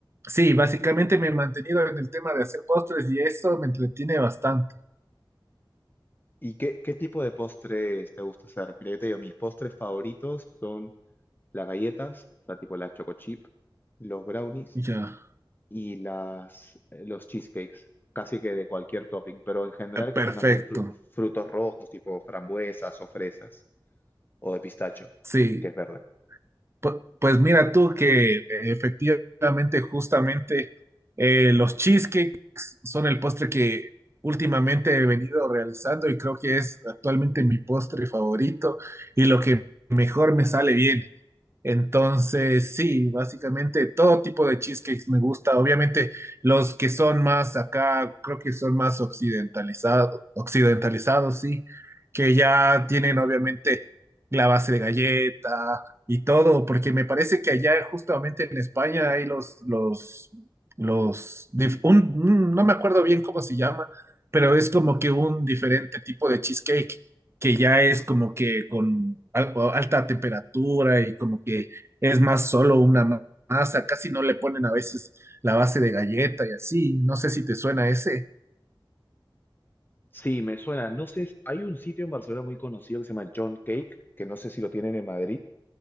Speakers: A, on the right; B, on the left.
A: sí, básicamente me he mantenido en el tema de hacer postres y eso me entretiene bastante.
B: ¿Y qué, qué tipo de postres te gusta hacer? Mira, yo te digo, mis postres favoritos son las galletas, o sea, tipo las choco chip, los brownies
A: Ya,
B: y las, eh, los cheesecakes, casi que de cualquier topping, pero en general
A: eh, perfecto.
B: que tenga algún fru- frutos rojos, tipo frambuesas o fresas, o de pistacho,
A: Sí.
B: que es verde.
A: Pu- Pues mira tú que eh, efectivamente, justamente, eh, los cheesecakes son el postre que últimamente he venido realizando y creo que es actualmente mi postre favorito y lo que mejor me sale bien. Entonces, sí, básicamente todo tipo de cheesecakes me gusta. Obviamente, los que son más acá, creo que son más occidentalizados, occidentalizados, sí, que ya tienen obviamente la base de galleta y todo, porque me parece que allá justamente en España hay los, los, los, dif- un- un- no me acuerdo bien cómo se llama, pero es como que un diferente tipo de cheesecake que ya es como que con al- alta temperatura y como que es más solo una ma- masa, casi no le ponen a veces la base de galleta y así. No sé si te suena ese.
B: Sí, me suena. No sé, hay un sitio en Barcelona muy conocido que se llama John Cake, que no sé si lo tienen en Madrid,